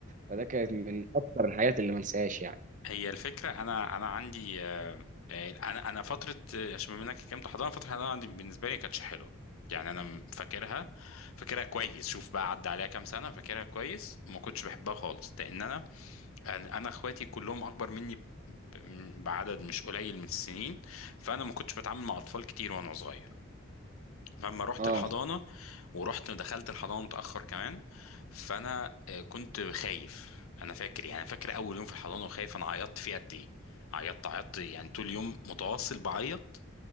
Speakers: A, on the right (about 35°); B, on the left (about 80°).
A: فده كانت من اكتر الحاجات اللي ما انساهاش يعني
B: هي الفكرة أنا أنا عندي آه، آه، أنا أنا فترة آه، عشان بما إنك كنت حضانة فترة الحضانة عندي بالنسبة لي ما كانتش حلوة يعني أنا م- فاكرها فاكرها كويس شوف بقى عدى عليها كام سنة فاكرها كويس ما كنتش بحبها خالص لأن أنا أنا أنا إخواتي كلهم أكبر مني ب- ب- بعدد مش قليل من السنين فأنا ما كنتش بتعامل مع أطفال كتير وأنا صغير فلما رحت
A: اه
B: الحضانة ورحت دخلت الحضانة متأخر كمان فأنا آه، كنت خايف أنا فاكر يعني فاكر أول يوم في الحضانة وخايف أنا عيطت فيه قد إيه عيطت عيطت يعني طول اليوم متواصل بعيط